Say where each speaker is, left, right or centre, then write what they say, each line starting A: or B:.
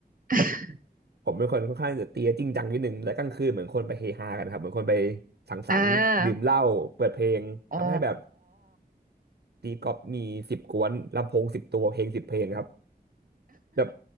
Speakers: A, on the right; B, on the right.
A: <laughs>
B: ผมเป็นคนค่อนข้างจะตีจริงจังนิดนึงและกลางคืนเหมือนคนไปเฮฮากันครับเหมือนคนไปสังสรรค์ดื่มเหล้าเปิดเพลงทำให้แบบ
A: อ่าอ๋อ
B: ตีกอล์ฟมีสิบกวนลำโพงสิบตัวเพลงสิบเพลงครับแบบ